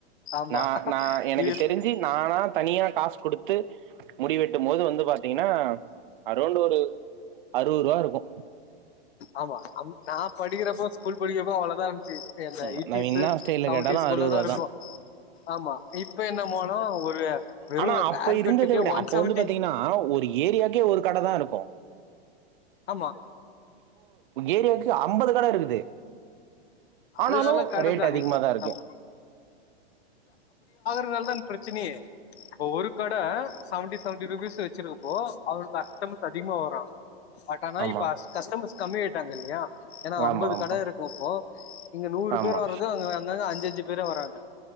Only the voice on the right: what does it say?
நா நா எனக்கு
தெருஞ்சு நானா தனியா காஸ் குடுத்து முடிவெட்டும்மோது வந்து பாத்தீங்கனா அரௌண்ட் ஒரு அறுவருவா இருக்கு
ஆமா
நம்ம என்னா ஸ்டைல்ல
கேட்டாலு அறுபது ரூபா
தா
ஆனா அப்ப
இருந்தத
விட
அப்போ
வந்து பாத்தீங்கனா ஒரு ஏரியாக்கே ஒரு கடதா இருக்கு
ஏரியாக் கு அம்பது கட இருக்குது
ஆனாலு
ரேட்
அதிகமாதாருக்கு
ஆமா
ஆமா ஆமா
ஆமா